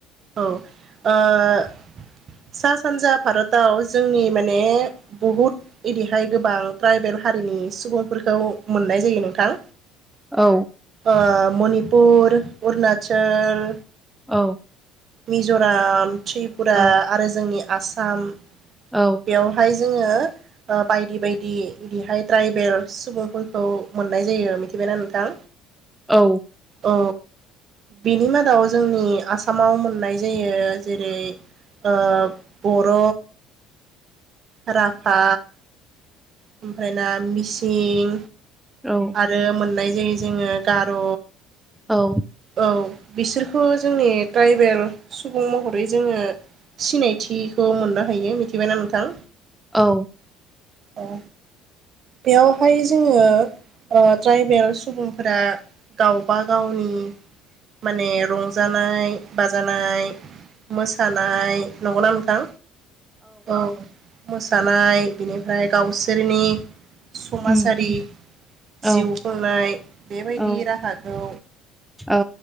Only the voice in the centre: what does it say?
औ।
औ।
औ
औ।
औ।
औ।
औ।
औ।
उम औ
औ
औ।